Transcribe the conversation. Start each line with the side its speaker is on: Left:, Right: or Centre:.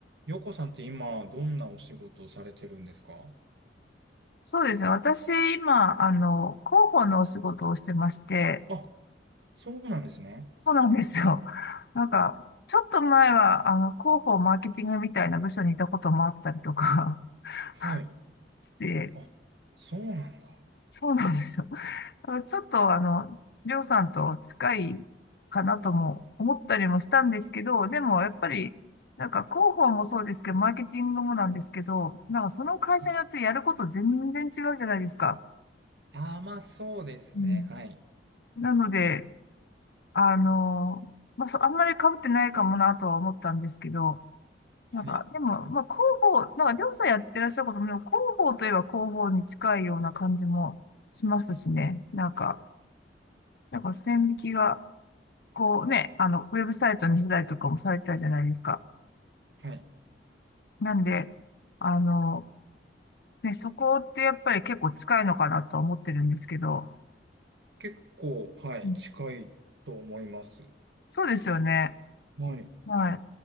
Right: ヨコさんって今、どんなお仕事をされてるんですか
Left: そうですね。私、今、あの、広報のお仕事をしてまして、
Right: あ、そうなんですね。
Left: そうなんですよ。<laughs> なんか、ちょっと前は、あの、広報マーケティングみたいな部署にいたこともあったりとか <laughs>
Right: はい。
Left: して、
Right: あ、そうなんだ。
Left: そうなんですよ。だからちょっと、あの、りょうさんと近いかなとも思ったりもしたんですけど、でも、やっぱり、なんか、広報もそうですけど、マーケティングもなんですけど、なんか、その会社によってやること全然違うじゃないですか。
Right: うあまあそうですね。
Left: うん
Right: はい。
Left: なので、あの、まあ、そう、あんまり被ってないかもなとは思ったんですけど、なんか、
Right: はい。
Left: でも、まあ、広報、なんか、りょうさんやってらっしゃることも、でも広報といえば広報に近いような感じもしますしね。なんか、なんか線引きが、こうね、あの、ウェブサイトにしたりとかもされてたじゃないですか。
Right: はい。
Left: なんで、あの、ね、そこってやっぱり結構近いのかなとは思ってるんですけど、
Right: 結構、はい、
Left: うん
Right: 近いと思います。
Left: そうですよね。
Right: はい。
Left: は